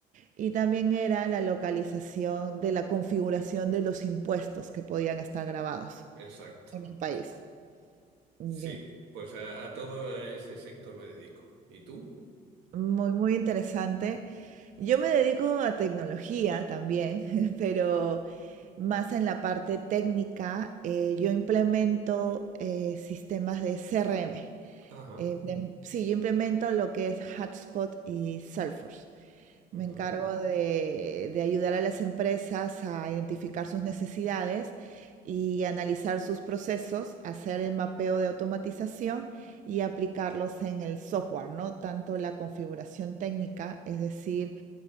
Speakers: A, on the right; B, on the right.
A: y también era la localización de la configuración de los impuestos que podían estar grabados
B: Exacto.
A: en el país. Ya.
B: Sí, pues a, a todo ese sector me dedico. ¿Y tú?
A: Muy, muy interesante. Yo me dedico a tecnología también, <laughs> pero más en la parte técnica. eh, yo implemento eh, sistemas de CRM.
B: Ajá.
A: Eh, implem- sí, yo implemento lo que es Hotspot y Salesforce.
B: ujú,
A: Me encargo de, de ayudar a las empresas a identificar sus necesidades y analizar sus procesos, hacer el mapeo de automatización y aplicarlos en el software, ¿no? Tanto la configuración técnica, es decir,